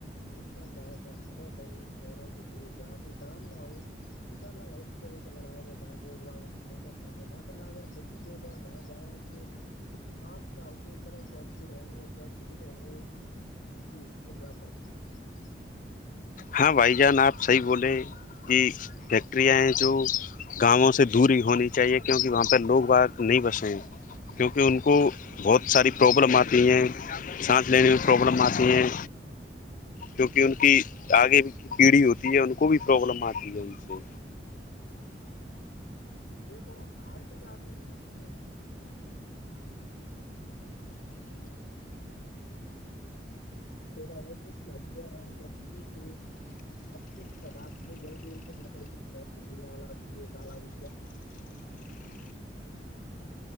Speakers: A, on the left; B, on the left.
A: نقصان داک ہے انہیں کہیں شہروں سے دور جہاں کوئی گم نہ ہو ان شاء اللہ ایسی جگہ پہ لگایا گیا جہاں لوگاگوں کی سکھیا کم ہوا کل اگر پھر بھی لوگ آ وہاں جائیں تو ماسک کا اپیوگ کریں تو اچھے رہیں گے اور سوستھ بھی رہیں گے جی کچھ آپ میں
B: ہاں بھائی جان آپ صحیح بولے کہ فیکٹریاں ہیں جو گاؤںوں سے دوری ہونی چاہیے کیونکہ وہاں پہ لوگ وہ نہیں بسے کیونکہ ان کو بہت ساری پرابلم آتی ہیں سانس لینے میں پرابلم آتی ہیں کیونکہ ان کی آگے کی پیڑھی ہوتی ہے ان کو بھی پرابلم آتی ہے ان سے
A: دیک آج تو میں آپ نے یہ بھی دیکھا ہوگا کہ <unintelligible> تھڑا <unintelligible> سب پدارھ میں جل نکلتےدیال ک تال